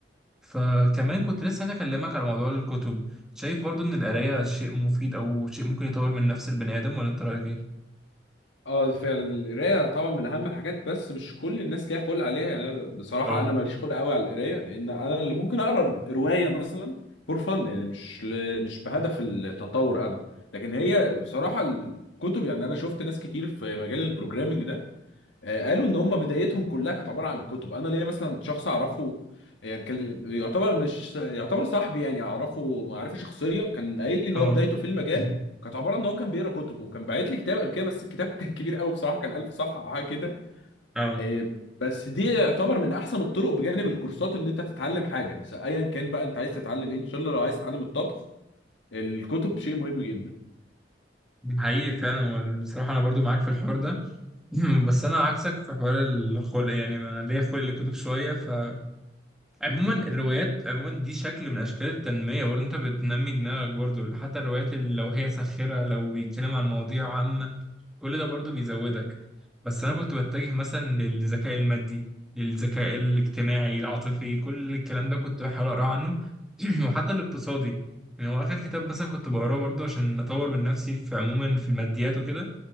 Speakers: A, in the centre; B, on the left.
A: فكمان كنت لسه عايز اكلمك على موضوع الكتب شايف برضه ان القراية شيء مفيد او شيء ممكن يطور من نفس البني ادم ولا انت رايك ايه؟
B: اه فعلا القرايه طبعا من اهم الحاجات بس مش كل الناس ليها خلق عليها يعني انا بصراحه
A: اه
B: انا ماليش خلق قوي على القرايه لان انا اللي ممكن اقرا روايه مثلا فور فن يعني مش ل... مش بهدف التطور ابدا لكن هي بصراحه الكتب يعني انا شفت ناس كتير في مجال البروجرامينج ده آه، قالوا ان هم بدايتهم كلها كانت عباره عن كتب انا ليا مثلا شخص اعرفه يعني كان يعتبر مش يعتبر صاحبي يعني اعرفه معرفه شخصيه كان قايل لي ان
A: اه
B: هو بدايته في المجال
A: <laughs> <clears throat>
B: كانت عباره ان هو كان بيقرا كتب وكان باعت لي كتاب قبل كده بس الكتاب كان كبير قوي بصراحه كان 1000 صفحه او حاجه كده
A: اه
B: آه، بس دي يعتبر من احسن الطرق بجانب الكورسات ان انت تتعلم حاجه س- ايا كان بقى انت عايز تتعلم ايه ان شاء الله لو عايز تتعلم الطبخ الكتب شيء مهم جدا
A: حقيقي فعلا والصراحة أنا برضو معاك في الحوار ده مم، بس انا عكسك في حوار الخلق يعني انا ليا خلق للكتب شويه فعموما الروايات عموما دي شكل من اشكال التنميه برضه انت بتنمي دماغك برضه حتى الروايات اللي لو هي ساخره لو بيتكلم عن مواضيع عامه كل ده برضه بيزودك بس انا كنت بتجه مثلا للذكاء المادي للذكاء الاجتماعي العاطفي كل الكلام ده كنت بحاول اقرا عنه <clears throat> وحتى الاقتصادي يعني هو اخر كتاب مثلا كنت بقراه برضه عشان اطور من نفسي في عموما في الماديات وكده